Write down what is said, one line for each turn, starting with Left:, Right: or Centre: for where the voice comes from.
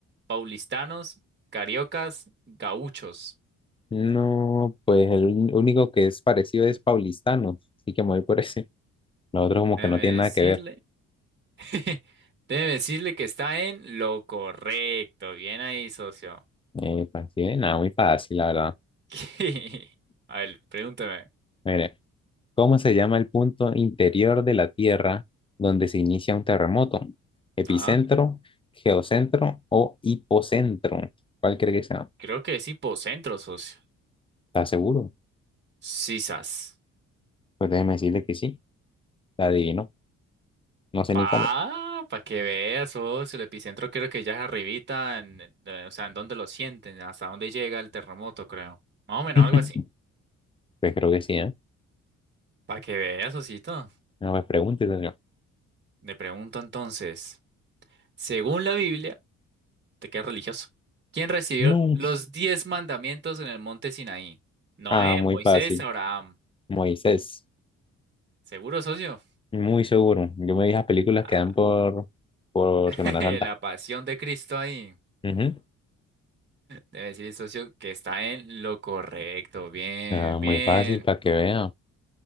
Right: Paulistanos, cariocas, gauchos.
Left: No, pues el ún- único que es parecido es paulistano, así que me voy por ese. <laughs> Los otros como
Right: Déjeme
Left: que no tienen
Right: decirle,
Left: nada que ver.
Right: <laughs> déjeme decirle que está en lo correcto. Bien ahí, socio.
Left: Eh, pues, sí, eh, nada, muy fácil, la verdad.
Right: <laughs> A ver, pregúntame.
Left: Mire, ¿cómo se llama el punto interior de la Tierra donde se inicia un terremoto? ¿Epicentro,
Right: Ah,
Left: geocentro o hipocentro? ¿Cuál cree que sea?
Right: creo que es hipocentro, socio.
Left: ¿Está seguro?
Right: Sisas.
Left: Pues déjeme decirle que sí, la adivino. No sé
Right: Pa,
Left: ni cómo.
Right: pa que veas, socio. El epicentro creo que ya es arribita, en- eh, o sea, en dónde lo sienten, hasta dónde llega el terremoto, creo. Más o menos
Left: <laughs>
Right: algo así.
Left: Pues creo que sí, ¿eh?
Right: Pa que veas, socito.
Left: No, pues pregúntese.
Right: Le pregunto entonces, según la Biblia, te quedas religioso. ¿Quién recibió
Left: No.
Right: los diez mandamientos en el monte Sinaí? Noé,
Left: Ah, muy
Right: Moisés,
Left: fácil.
Right: Abraham.
Left: Moisés.
Right: ¿Seguro, socio?
Left: Muy seguro. Yo me vi las películas
Right: Ah,
Left: que dan por, por
Right: <laughs>
Left: Semana Santa.
Right: la pasión de Cristo ahí.
Left: Ujú.
Right: Debe decirle, socio, que está en lo correcto. Bien,
Left: Ah, muy
Right: bien.
Left: fácil para que vean.